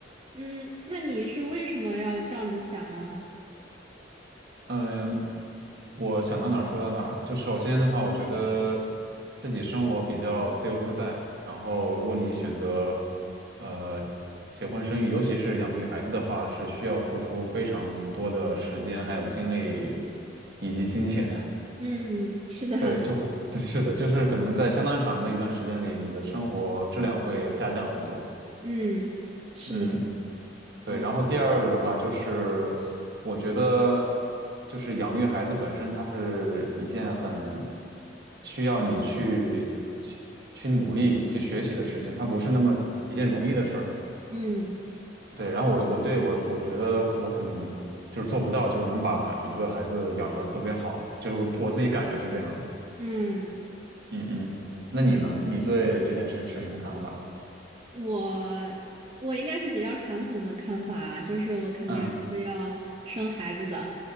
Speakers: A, on the right (about 30°); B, on the right (about 60°).
A: 嗯，那你是为什么要这样子想呢？
B: 嗯，我想到哪儿说到哪儿。就首先的话，我觉得自己生活比较自由自在。然后，如果你选择呃结婚生育，尤其是养育孩子的话，是需要付出非常多的时间、还有精力以及金钱。<laughs>
A: 嗯，嗯是的，
B: 对，就会，<laughs> 对是的，就是可能在相当长的一段时间里，你的生活质量会下降很多。
A: 嗯，是的，
B: 嗯，对。
A: 嗯
B: 然后第二个的话，就是我觉得，就是养育孩子本身，它是一件很需要你去去去努力去学习的事情，它不是那么一件容易的事儿。
A: 嗯
B: 对，然后我我对我我觉得我可能就是做不到，就是能把一个孩子养得特别好，就是我我自己感觉是这样的。
A: 嗯。
B: 嗯嗯，那你呢？你对这件事持什么看法？
A: 我我应该是比较传统的看法啊，就是我肯定是要生孩子的，
B: 嗯，